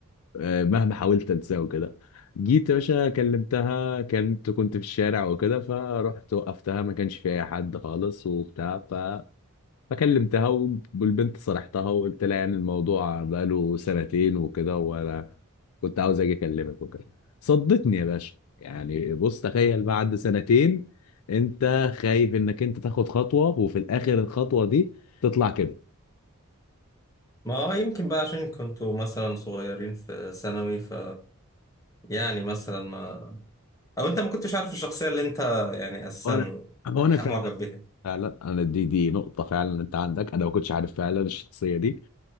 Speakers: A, on the left (about 85°); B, on the left (about 15°).
A: آه، مهما حاولت انساه وكده جيت يا باشا كلمتها كنت كنت في الشارع وكده فرحت وقفتها ما كانش في اي حد خالص وبتاع ف فكلمتها والبنت صرحتها وقلت لها يعني الموضوع بقاله سنتين وكده وانا كنت عاوز اجي اكلمك وكده صدتني يا باشا يعني بص تخيل بعد سنتين انت خايف انك انت تاخد خطوة وفي الاخر الخطوة دي تطلع كده
B: ما آه يمكن بقى عشان كنتوا مثلا صغيرين في ثانوي ف يعني مثلا ما أو أنت ما كنتش عارف الشخصية اللي أنت يعني أساسا
A: وانا هو انا فعلا
B: معجب بيها
A: فعلا انا دي دي نقطة فعلا انت عندك انا ما كنتش عارف فعلا الشخصية دي